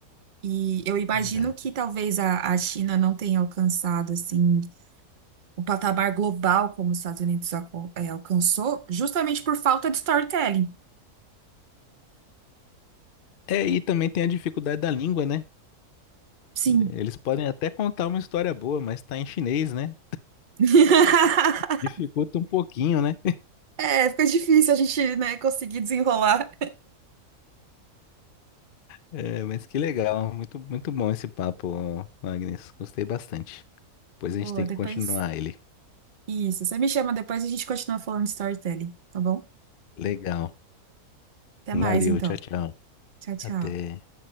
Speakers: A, on the right; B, on the left.
A: E eu imagino
B: Verdade.
A: que talvez a, a China não tenha alcançado assim o patamar global como os Estados Unidos aco- é, alcançou, justamente por falta de storytelling.
B: É, e também tem a dificuldade da língua, né?
A: Sim.
B: Eles podem até contar uma história boa, mas tá em chinês, né?
A: <laughs>
B: Dificulta um pouquinho, né?
A: É, fica difícil a gente, né, conseguir desenrolar.
B: É, mas que legal, muito, muito bom esse papo, Agnes. Gostei bastante. Pois a gente
A: Pô,
B: tem que
A: depois.
B: continuar ele.
A: Isso, você me chama depois e a gente continua falando de storytelling, tá bom?
B: Legal.
A: Até
B: Valeu,
A: mais, então.
B: tchau, tchau.
A: Tchau, tchau.
B: Até.